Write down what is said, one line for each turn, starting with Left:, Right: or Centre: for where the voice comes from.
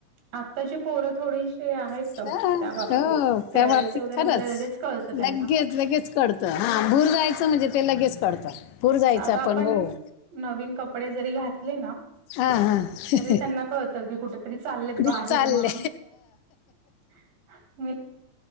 Right: आत्ताची पोरं थोडीशी आहेत
Left: हां,
Right: त त्या
Left: हो
Right: बाबतीत
Left: त्या
Right: खेळायचं
Left: बाबतीत
Right: वगैरे
Left: खरंच
Right: <inaudible> लगेच. कळतं त्यांना
Left: लगेच लगेच कळतं हा भूर जायचं म्हणजे ते लगेच कळतं. भूर जायचं
Right: साध आपण
Left: हो
Right: नवीन कपडे जरी घातले ना
Left: हा हा इकडे
Right: तरी त्यांना <inaudible> कुठ तरी चाललेत बाहेर
Left: चालले
Right: म्हणून <inaudible>